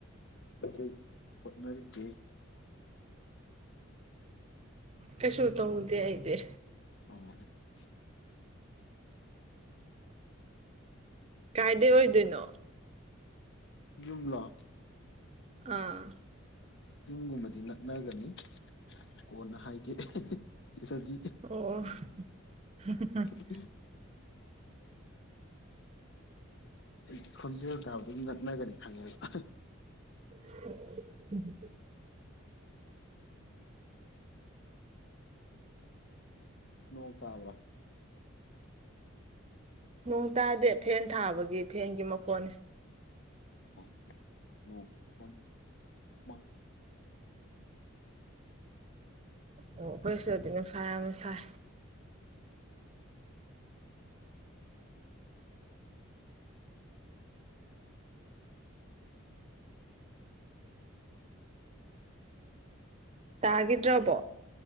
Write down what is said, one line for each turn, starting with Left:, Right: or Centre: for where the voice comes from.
Left: ꯀꯩꯀꯩ ꯍꯣꯠꯅꯔꯤꯒꯦ
Right: ꯀꯩꯁꯨ ꯇꯧꯗꯦ ꯑꯩꯗꯦ
Left: <unintelligible>
Right: ꯀꯥꯏꯗꯩ ꯑꯣꯏꯗꯣꯏꯅꯣ
Left: ꯌꯨꯝꯂꯣ
Right: ꯑꯥ
Left: ꯌꯨꯝꯒꯨꯝꯕꯗꯤ ꯅꯛꯅꯒꯅꯤ ꯀꯣꯟꯅ ꯍꯥꯏꯒꯦ ꯁꯤꯗꯤ
Right: ꯑꯣ <unintelligible>
Left: <unintelligible> ꯑꯩ ꯈꯣꯟꯖꯦꯜ ꯇꯥꯕꯗꯨꯝ ꯉꯛꯅꯒꯅꯤ ꯈꯪꯉꯦꯕ
Right: <unintelligible>
Left: ꯅꯣꯡ ꯇꯥꯕ꯭ꯔꯥ
Right: ꯅꯣꯡ ꯇꯥꯗꯦ ꯐꯦꯟ ꯊꯥꯕꯒꯤ ꯐꯦꯟꯒꯤ ꯃꯈꯣꯟꯅꯤ
Left: ꯑꯣ ꯅꯣꯡ ꯈꯔ ꯃꯪ
Right: ꯑꯣ ꯑꯩꯈꯣꯏ ꯁꯤꯗꯗꯤ ꯅꯨꯡꯁꯥ ꯌꯥꯝꯅ ꯁꯥꯏ ꯇꯥꯒꯤꯗ꯭ꯔꯕꯣ